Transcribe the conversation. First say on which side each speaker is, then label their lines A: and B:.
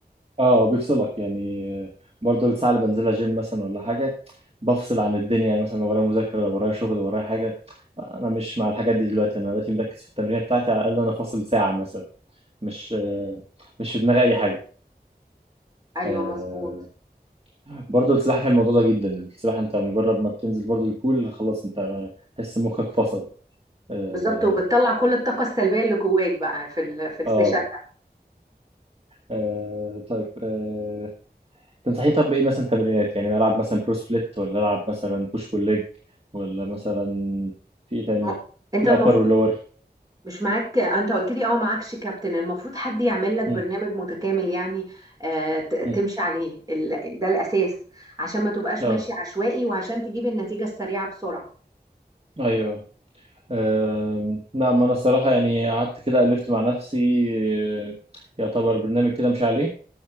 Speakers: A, on the right; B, on the right.
A: اه بيفصلك يعني آه، برضه الساعه اللي بنزلها جيم مثلا ولا حاجه بفصل عن الدنيا يعني مثلا لو ورايا مذاكره لو ورايا شغل لو ورايا حاجه انا مش مع الحاجات دي دلوقتي انا دلوقتي مركز في التمرين بتاعتي على الاقل انا فاصل ساعه مثلا مش آه، مش في دماغي اي حاجه
B: ايوه
A: آه،
B: مظبوط
A: برضو السباحه فيها الموضوع ده جدا السباحه انت مجرد ما بتنزل برضو البول خلاص انت تحس مخك فصل اه
B: بالظبط وبتطلع كل الطاقة السلبية اللي جواك بقى في ال في السيشن
A: اه آه، طيب آه، تنصحني طب بايه مثلا تمرينات يعني العب مثلا برو سبليت ولا العب مثلا بوش بول ليج ولا مثلا في ايه تاني
B: ده انت
A: في
B: المفروض
A: ابر ولور
B: مش معاك انت قلت لي اه معاكش كابتن المفروض حد يعمل لك برنامج
A: مم،
B: متكامل يعني آه ت- تمشي
A: مم.
B: عليه ال- ده الاساس عشان ما تبقاش
A: اه
B: ماشي عشوائي وعشان تجيب النتيجة السريعة بسرعة
A: ايوه آم، نعم انا الصراحه يعني قعدت كده الفت مع نفسي آه، يعتبر برنامج كده مش عليه